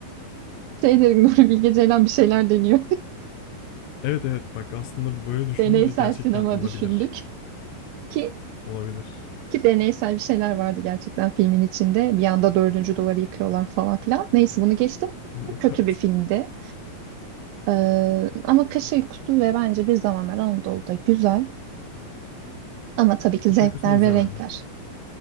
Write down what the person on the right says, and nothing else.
Şey dedim <laughs> Nuri Bilge Ceylan bir şeyler deniyor.
<laughs>
Deneysel
sinema
düşündük ki
ki deneysel bir şeyler vardı gerçekten filmin içinde. Bir anda dördüncü duvarı yıkıyorlar falan filan. Neyse bunu geçtim.
Bu kötü
bir filmdi. Ee, ama Kış Uykusu ve bence Bir Zamanlar Anadolu'da güzel. Ama tabii ki
zevkler
ve renkler.